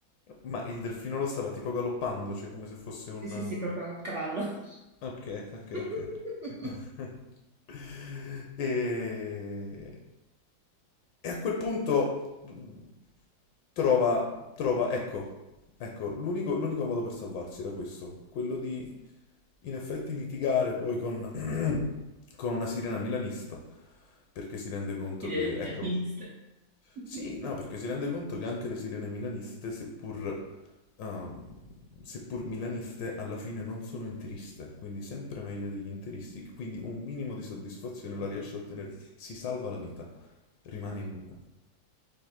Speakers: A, on the left; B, on the right.
A: Ma il delfino lo stava tipo galoppando, cioè come se fosse un...
B: Sì, sì, sì, proprio a cavallo.
A: Ok, ok, ok.
B: <laughs>
A: ok. <laughs> E... e a quel punto mh, trova, trova, ecco, ecco, l'unico l'unico modo per salvarsi era questo, quello di in effetti litigare poi con, <clears throat> con una sirena milanista, perché si rende conto
B: Idee
A: che,
B: milaniste.
A: ecco,
B: <laughs>
A: sì, no, perché si rende conto che anche le sirene milaniste, seppur, ehm, seppur milaniste, alla fine non sono interiste, quindi sempre meglio degli interisti, quindi un minimo di soddisfazione
B: Madonna.
A: la riesce a ottenere. Si salva la vita, rimane in vita.